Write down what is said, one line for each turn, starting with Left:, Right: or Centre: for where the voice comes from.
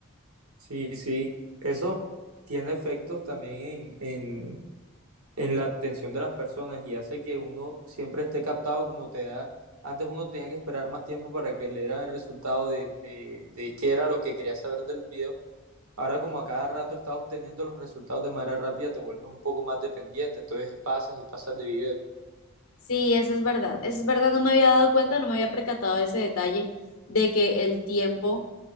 Right: Sí, sí, eso tiene efectos también en, en la atención de las personas y hace que uno siempre esté captado como te da. Antes uno tenía que esperar más tiempo para que le dieran el resultado de, de, de qué era lo que quería saber del video. Ahora como a cada rato estás obteniendo los resultados de manera rápida, te vuelves un poco más dependiente, entonces pasas y pasas de video.
Left: Sí, eso es verdad. Eso es verdad, no me había dado cuenta, no me había percatado de ese detalle de que el tiempo